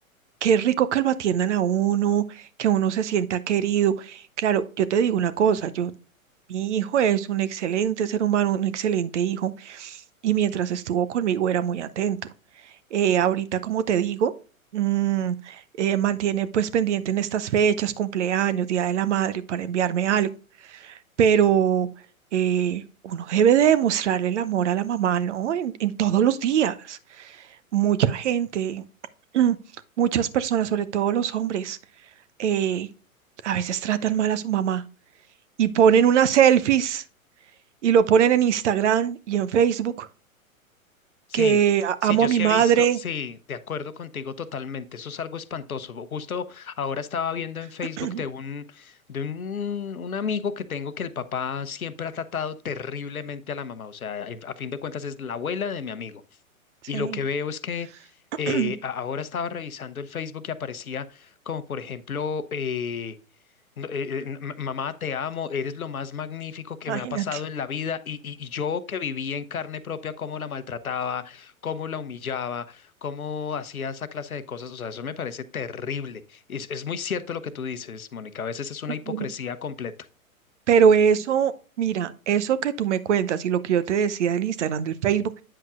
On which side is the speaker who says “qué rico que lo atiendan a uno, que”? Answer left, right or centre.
Right